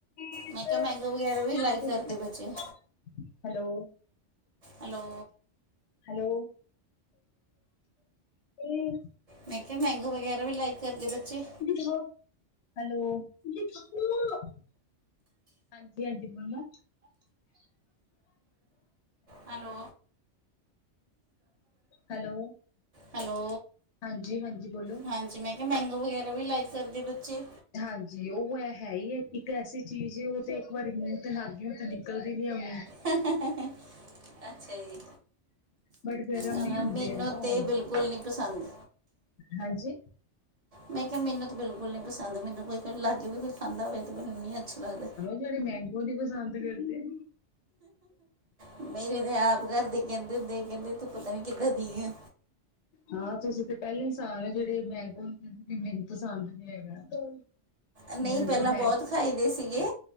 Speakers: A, on the left (about 70°); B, on the right (about 35°).
A: <inaudible>
B: ਮੈਂ ਕਿਹਾ ਮੈਂਗੋ ਵਗੈਰਾ ਵੀ ਲਾਈਕ ਕਰਦੇ ਬੱਚੇ
A: ਹੈਲੋ
B: ਹੈਲੋ
A: ਹੈਲੋ ਹਮ
B: ਮੈਂ ਕਿਹਾ ਮੈਂਗੋ ਵਗੈਰਾ ਵੀ ਲਾਈਕ ਕਰਦੇ ਬੱਚੇ
A: ਹੈਲੋ ਹਾਂਜੀ ਹਾਂਜੀ ਬੋਲੋ
B: ਹੈਲੋ
A: ਹੈਲੋ
B: ਹੈਲੋ
A: ਹਾਂਜੀ ਹਾਂਜੀ ਬੋਲੋ
B: ਹਾਂਜੀ ਮੈਂ ਕਿਹਾ ਮੈਂਗੋ ਵਗੈਰਾ ਵੀ ਲਾਈਕ ਕਰਦੇ ਬੱਚੇ,
A: ਹਾਂਜੀ ਉਹ ਹੈ ਹੀ ਹੈ ਇੱਕ ਐਸੀ ਚੀਜ਼ ਉਹ ਤੇ ਇੱਕ ਵਾਰੀ ਮੂੰਹ ਤੇ ਲਾਗੀ ਉਹ ਤੇ ਨਿਕਲਦੀ ਨੀ ਹੈ ਮੂੰਹ,
B: ਅੱਛਾ ਜੀ
A: ਬਟ ਗਰਮ
B: ਅ
A: ਵੀ ਹੁੰਦੇ
B: ਮੈਨੂੰ
A: ਆ ਨਾ
B: ਤੇ
A: ਉਹ
B: ਬਿਲਕੁਲ ਨੀ ਪਸੰਦ
A: ਹਾਂਜੀ
B: ਮੈਂ ਕਿਹਾ ਮੈਨੂੰ ਤਾਂ ਬਿਲਕੁਲ ਨਹੀਂ ਪਸੰਦ ਮੈਨੂੰ ਕੋਈ ਲਾਗੇ ਵੀ ਕੋਈ ਖਾਂਦਾ ਹੋਵੇ ਤਾਂ ਮੈਨੂੰ ਨਹੀਂ ਅੱਛੇ ਲੱਗਦੇ।
A: ਬੜੇ ਮੈਂਗੋ ਨੀ ਪਸੰਦ ਕਰਦੇ
B: ਮੇਰੇ ਤੇ ਆਪ ਘਰ ਦੇ ਕਹਿੰਦੇ ਹੁੰਦੇ ਕਹਿੰਦੇ ਤੂੰ ਪਤਾ ਨੀ ਕਿੱਦਾਂ ਦੀ ਐ
A: ਹਾਂ ਤੁਸੀਂ ਤੇ ਪਹਿਲੇ ਇਨਸਾਨ ਹੈ ਜਿਹੜੀ ਮੰਗੋ ਨੂੰ ਕੇਂਦੇ ਕਿ ਮੈਨੂੰ ਪਸੰਦ ਨੀ ਹੈਗਾ
B: ਨਹੀਂ
A: ਮੰਗੋ
B: ਪਹਿਲਾਂ ਬਹੁਤ
A: ਹੈ
B: ਖਾਈਦੇ ਸੀਗੇ